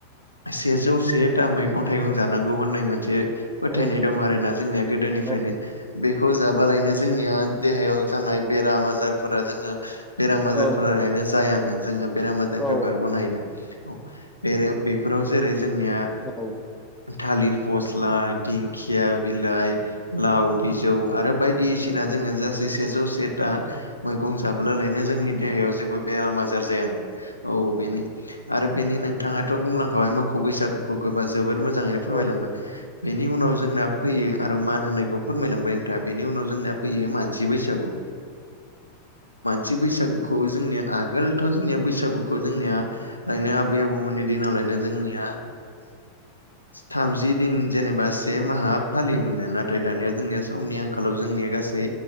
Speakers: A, on the left (about 80°); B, in the centre.
A: सेजौ से था मैगं थाइगं जानांगौ ौ होननाय मोनसे फोथायनाय
B: औ औ दे
A: दं आरोना जोंनिया गोदोनिफ्रायनो
B: औ
A: खौ जाबालायनो जोंनिया देहायाव थानाय बेराम आजारफोरा जोङो बेराम आजारफोरनो
B: औ
A: जायानो जोङो बेराम आजारनिफ्राय
B: औ
A: बारग'नो हायो बेरे बेफोराव जेरै जोंनिया
B: औ
A: थालिर फसला दिंखिया बिलाइ लाव बिौ आरो बायदिसिना जोंनो गासै सेजौ सेथा मैगं जाबोलालायनो जोंनि देहायाव जेबो बेराम आजार जायानो औ बेनो आरो बेनि नोंथाङाथ' बुंलांखाबाय मोखौ बैसागुखौ गोबा जोबोर मोजाङैनो फोरमायलांबाय
B: औ
A: बेनि उनाव जोंना फैयो आरो मान होननायखौ फोरमायलांबाय नोंथाङ बेनि उनाव जोंनाया फैयो मानसि बैसागु। थि बैसागुखौ जोंनिया आगोलथ' जोंनिया बैसागुखौ जोंनिया लायनो आबै आबौ मोननि दिनावलायनो जोंनिया थामजि दिन जेनेबा से माहा फालियोमोन न नाथाय दानिया जोंनिया समनि आंखालाव जोंनिया गासै